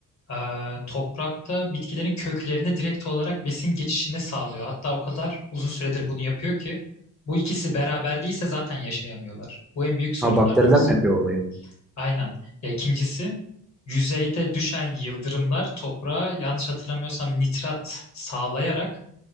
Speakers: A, on the left; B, in the centre.
A: e, toprakta bitkilerin köklerine direkt olarak besin geçişini sağlıyor. Hatta o kadar uzun süredir bunu yapıyor ki bu ikisi beraber değilse zaten yaşayamıyorlar. Bu en büyük sorunlardan
B: Ha bakteriler
A: birisi.
B: mi yapıyor olayı?
A: Aynen. Ya ikincisi yüzeyde düşen yıldırımlar toprağa yanlış hatırlamıyorsam nitrat sağlayarak